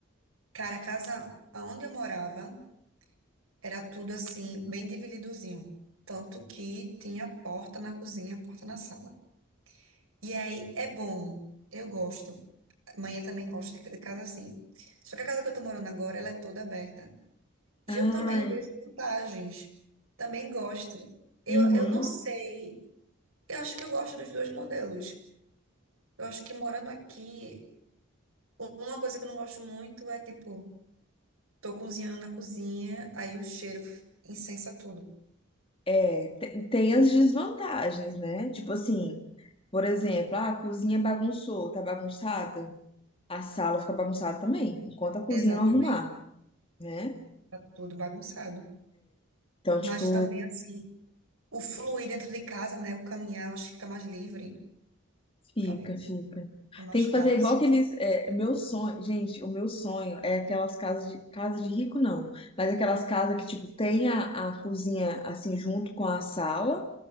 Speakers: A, on the right; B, on the left.
A: cara, a casa onde eu morava era tudo assim, bem divididozinho. Tanto que tinha porta na cozinha, porta na sala. E aí é bom, eu gosto. Amanhã também gosto de de casa assim. Só que a casa que eu tô morando agora, ela é toda aberta. E
B: Ai,
A: eu também vejo vantagens. Também gosto. Eu,
B: uhum.
A: eu não sei. Eu acho que eu gosto dos dois modelos. Eu acho que morando aqui, uma coisa que eu não gosto muito é tipo, tô cozinhando na cozinha, aí o cheiro incensa tudo.
B: É, te- tem as desvantagens, né? Tipo assim, por exemplo, ah, a cozinha é bagunçou, tá bagunçada, a sala fica bagunçada também, enquanto a
A: Exatamente.
B: cozinha não arrumar, né?
A: Tá tudo bagunçado.
B: Então,
A: Mas
B: tipo,
A: também assim, o fluir dentro de casa, né? O caminhar, eu acho que fica mais livre,
B: Fica,
A: sabe?
B: fica.
A: É mais
B: Tem que
A: fácil.
B: fazer igual aqueles. É, meu sonho, gente, o meu sonho é aquelas casas de casa de rico, não. Mas aquelas casas que, tipo, tem a, a cozinha assim junto com a sala,